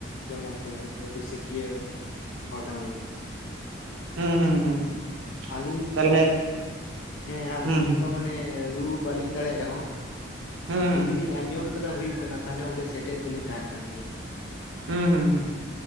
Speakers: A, on the left (about 65°); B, on the right (about 80°).
A: ᱡᱚᱢᱚᱠ ᱜᱮᱭᱟ ᱟᱹᱞᱤᱧ ᱫᱚ ᱨᱩᱥᱤᱠᱤᱭᱟᱹ ᱦᱚᱲ ᱠᱟᱱᱟᱞᱤᱧ᱾
B: ᱦᱮᱸ ᱦᱩᱸ ᱦᱩᱸ ᱦᱩᱸ
A: ᱟᱞᱤᱧ
B: ᱛᱟᱦᱚᱞᱮ
A: ᱦᱮᱸ ᱟᱹᱞᱤᱧ
B: ᱦᱩᱸ ᱦᱩᱸ
A: ᱚᱱᱠᱟ ᱢᱟᱱᱮ ᱨᱩ ᱵᱟᱹᱞᱤᱧ ᱫᱟᱲᱮᱭᱟᱜ ᱨᱮᱦᱚᱸ
B: ᱦᱩᱸ ᱦᱩᱸ
A: ᱡᱩᱫᱤ
B: ᱦᱩᱸ
A: ᱞᱤᱧ ᱟᱸᱡᱚᱢ ᱠᱮᱫ ᱦᱩᱭᱩᱜ ᱠᱟᱱᱟ ᱛᱟᱦᱚᱞᱮ ᱚᱸᱰᱮ ᱥᱮᱴᱮᱨ ᱫᱚᱞᱤᱧ ᱛᱟᱦᱮᱱ ᱠᱟᱱ ᱜᱮᱭᱟ᱾
B: ᱦᱩᱸ ᱦᱩᱸ ᱦᱩᱸ